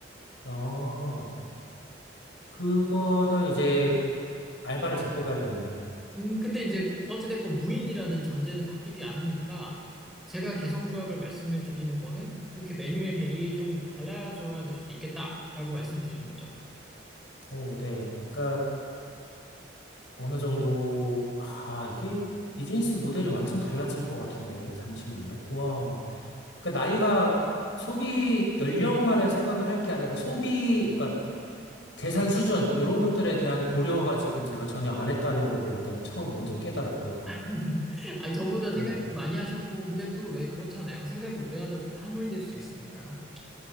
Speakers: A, on the left (about 70°); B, in the centre.
A: 어, 그거는 이제 알바를 잘 뽑아야겠네요.
B: 음, 근데 이제 어찌됐건 무인이라는 전제는 바뀌지 않으니까 제가 개성주악을 말씀을 드리는 거는 그렇게 메뉴의 베리에이션이 좀 달라져야 될 수도 있겠다라고 말씀을 드리는 거죠.
A: 오, 네. 그러니까 어느 정도, 아, 이게 비즈니스 모델이 완전 달라질 것 같은데, 잠시만요. 와, 그러니까 나이가 소비 연령만을 생각을 할 게 아니라 소비, 그러니까 재산 수준, 이런 것들에 대한 고려가 지금 제가 전혀 안 했다는 거를 일단 처음 먼저 깨달았고요.
B: 아닙니다. <laughs> 아니, 저보다
A: 네.
B: 생각 많이 하셨고, 근데 또 왜 그렇잖아요. 생각을 오래 하다 보면 함몰될 수 있으니까요.